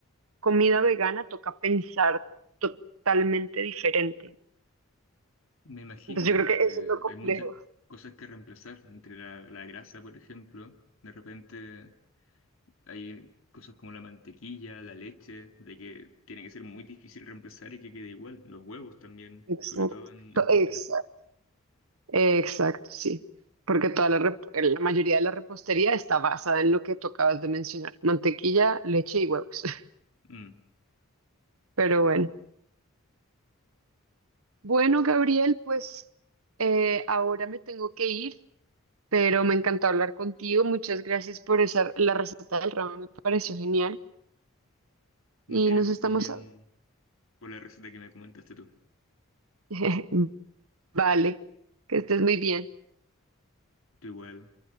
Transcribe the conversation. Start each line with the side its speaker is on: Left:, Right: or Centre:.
Right: comida vegana toca pensar totalmente diferente.
Left: Me imagino
Right: Entonces
Left: porque
Right: yo creo que eso es lo complejo.
Left: hay muchas cosas que reemplazar. Entre la, la grasa, por ejemplo. De repente hay cosas como la mantequilla, la leche, de que tiene que ser muy difícil reemplazar y que quede igual. Los huevos también,
Right: Exacto,
Left: sobre todo en, en postres.
Right: exacto, exacto, sí. Porque toda la, rep- la mayoría de la repostería está basada en lo que tú acabas de mencionar, mantequilla, leche y huevos. <laughs>
Left: Mm.
Right: Pero bueno. Bueno, Gabriel, pues eh, ahora me tengo que ir. pero me encantó hablar contigo. Muchas gracias por esa, la receta del ramen me pareció genial
Left: Muchas
Right: y
Left: gracias
Right: nos estamos...
Left: también
Right: a-
Left: por la receta que me comentaste tú.
Right: <laughs> Vale, que estés muy bien.
Left: Tú igual,